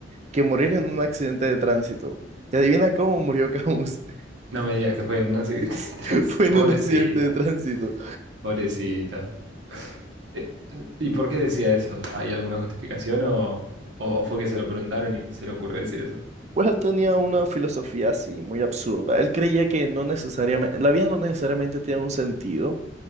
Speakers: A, on the right; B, on the right.
A: que morir en un accidente de tránsito. Y adivina cómo murió Camus.
B: No me digas que fue en un accidente
A: <laughs>
B: de tránsito.
A: Fue en
B: <laughs> Pobrecita,
A: un accidente de tránsito.
B: pobrecita. Eh, ¿Y por qué decía eso? ¿Hay alguna justificación o, o fue que se lo preguntaron y se le ocurrió decir eso?
A: Pues él tenía una filosofía así, muy absurda. Él creía que no necesariamente, la vida no necesariamente tiene un sentido